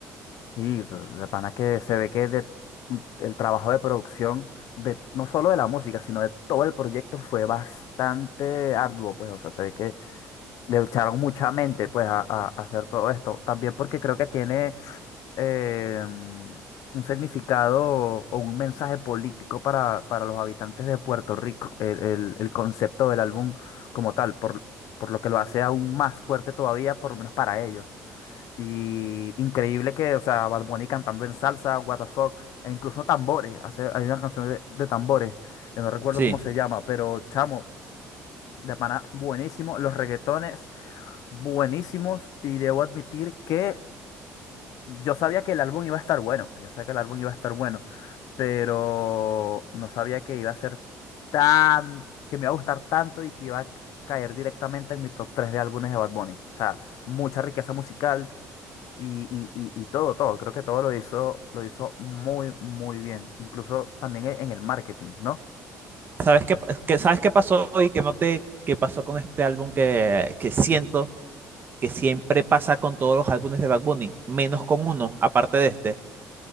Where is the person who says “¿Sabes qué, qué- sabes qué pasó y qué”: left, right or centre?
Right